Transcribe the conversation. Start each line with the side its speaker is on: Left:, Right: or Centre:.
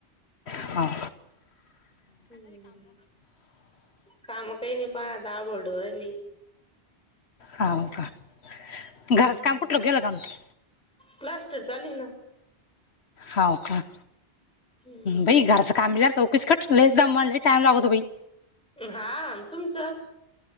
Left: हां,
Centre: हम्म काम काही नाही पहा दहाबळ ढोरं हायत लय!
Left: हो का
Centre: हम्म
Left: घराच काम कुठलं केलं का नाही.
Centre: प्लास्टर चालू आहे ना,
Left: हो का ह
Centre: हम्म
Left: बाई घरचं कामला चौकीस कट लईस दमवाल्यात लई टाइम लागतो बाई?
Centre: हा तुमचं,